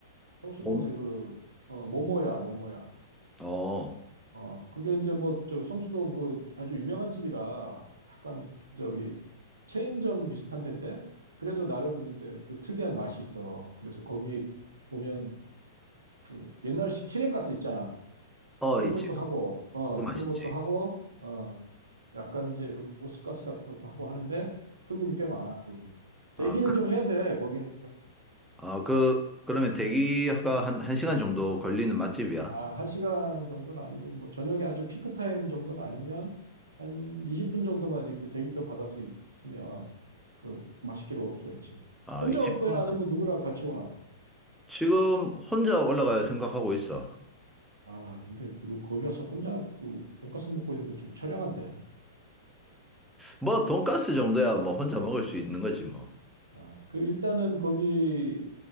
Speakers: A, on the right; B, in the centre.
A: 성수동에
B: 몸?
A: 그 어, 모모야 모모야
B: 어,
A: 어 그게 이제 뭐 저 성수동 그 아주 유명한 집이라 약간 저기 체인점 비슷한 데인데 그래도 나름 이제 그 특이한 맛이 있어 그래서 거기 보면 그 옛날식 키레가스 있잖아
B: 어,
A: 그런
B: 있지.
A: 것도 하고 어
B: 그거 맛있지.
A: 그런 것도 하고 어 약간 이제 로스가스 같은 것도 하고 하는데 손님이 꽤 많아 거기 대기를
B: 아, 그-
A: 좀 해야 돼 거기는
B: 아, 그, 그러면 대기가 한, 한 시간 정도 걸리는 맛집이야.
A: 아, 한 시간 정도는 아니고, 뭐, 저녁에 아주 피크타임 정도는 아니면, 한 20분 정도만 이렇게 대기표 받아서 있- 있으면, 그, 맛있게 먹을 수가 있지.
B: 아,
A: 혼자
B: 20분.
A: 올 거야? 아니면 누구랑 같이 오나?
B: 지금 혼자 올라갈 생각하고 있어.
A: 아, 근데 그, 거기 가서 혼자 그, 돈가스 먹고 있는 게 좀 처량한데.
B: 뭐, 돈가스 정도야 뭐 혼자 먹을 수 있는 거지 뭐.
A: 아, 그, 일단은 거기